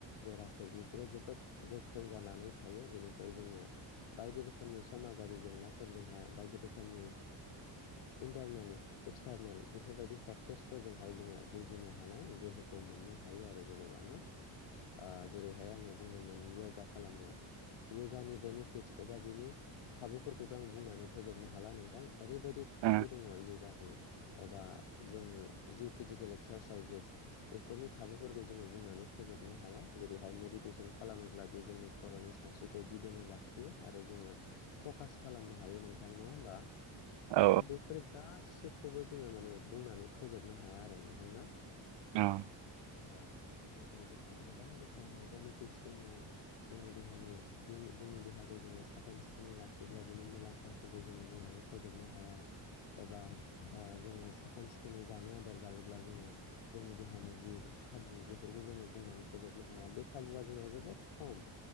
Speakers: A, on the left; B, on the right.
A: जराफोर बेफोरो जोबोद गोख्रों जानानै थायो, बेनिफ्राय जोंङो बायदि रोखोम रोमनि समाजारि जेंनाफोरजोंहाय बायदि रोखोम ओ इन्टारनेल एक्सटारनेल बेफोरबायदि पेकत्र्पिसफोरजोंहाय जोंङो जुजिनो हानाय गोहोखौ मोननो हायो, आरो जेन'ब ना? ओ जेरैहाय आंङो बुंदोंमोन य'गा खालामनाय य'गानि बेनिफिटस एबा बिनि खाबुफोरखौथ' आं बुंनानै फोजोबनो हाला नोंथां ओरैबायदि खाबु
B: उम
A: दंङ य'गानि एबा जोंनि जि फिजिकेल एक्सारसाइजेस, बेफोरनि खाबुफोरखौ जोंङो बुंनानै फोजोबनो हाया जेरैहाय मेडिटेसन खालामोब्ला बे जोंनि खर'नि सानस्रिखौ दिदोमै लाखियो, आरो जोंङो फकास खालामनो हायो, नोंथां नंङा होमबा?
B: औ
A: त' बेफोर गासिखौबो जोंङो माने बुंनानै फोजोबनो हाया आरो नोंथां ना?
B: औ
A: ओ बायदि बायदि जोंहा गोबां रोखोमनि बेनिफिटस दंङ, जोंनि देहानि दि जोंनि देहाखौ जोंङो सबसिन फ्रेन्सफोरनि लाखिब्ला बिनि मुलाम्फाफोरखौ जोंङो बुंनानै फोजोबनो हाया, एबा ओ जोंङो साखोन सिखोनै जानाय आदार जायोब्ला जोंङो जोंनि देहानि जि, खाबु बेफोरखौ जोंङो बुंनानै फोजोबनो हाया, बे खाबुआ जोंना जोबोद ख'म,